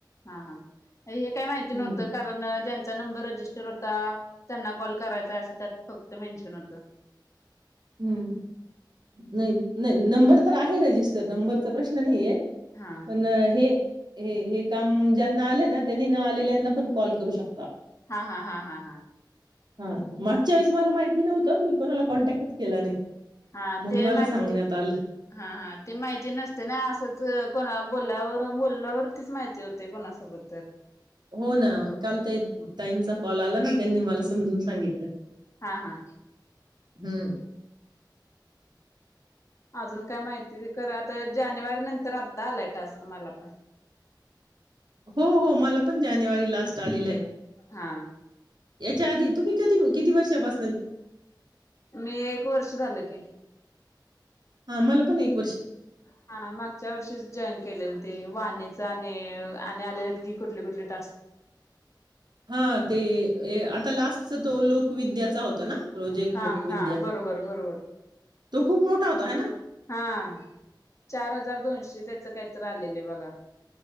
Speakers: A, on the left; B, on the right.
A: हा हा हे काय माहिती नव्हतं
B: हम्म
A: कारण ज्या चा नंबर रजिस्टर होता त्यांना कॉल करायचाय, अस त्यात फक्त मेन्शन होत.
B: हम्म नही नही नंबर तर आहे रजिस्टर, नंबरचा प्रश्न नाहीये
A: हा
B: पण हे हे हे काम मुंज्यात ना आलय त्यांनी न आलेल्यांना पण कॉल करू शक
A: हा हा हा हा हा
B: हां मागच्यावेळीस मला माहिती नवतं मी कोणाला कॉन्टॅक केला नाही
A: हा
B: मग
A: ते
B: मला
A: माहिती,
B: सांगण्यात आलं.
A: हा हा ते माहिती नसते ना असंच कोणा बोलावर बोलल्यावरतीच माहिती होते कोणासोबत तर
B: हो ना काल ते ताईंचा कॉल आला ना, त्यांनी मला सां समजून सांगितलं.
A: हा हा
B: हुं
A: अजून काय माहिती? खरं आता जानेवारी नंतर आत्ता आलाय टास्क मला पण.
B: हो हो मला पण जानेवारी लास्ट आलेलं आहे
A: हा
B: याच्या आधी तुम्ही कधी किती वर्षापसन
A: मी एक वर्ष झालं की
B: आम्हाला पण एक
A: हा हा मागच्या वर्षीच जॉईन केलेलं. ते वाणीचं आणि आणि आल्याल्यात की कुठले कुठले टास्क.
B: हां, ते ए लास्टचा तो लोक विद्या चा होता ना प्रोजेक्ट
A: हा
B: लोकविद्या
A: हा बरोबर बरोबर
B: तो खूप मोठा होता है ना?
A: हा चार हजार दोनशे त्याच कायतर आलेले बघा.